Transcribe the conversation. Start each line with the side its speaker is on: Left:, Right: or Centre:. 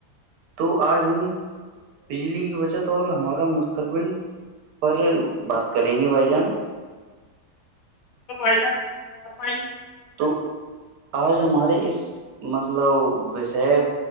Right: تو آج ہم بجلی کی بچت اور ہمارا مستقبل پر بات کریں گے بھائی جان
Left: بھائی جان فرمائیے
Right: تو آج ہمارے اس مطلب وشے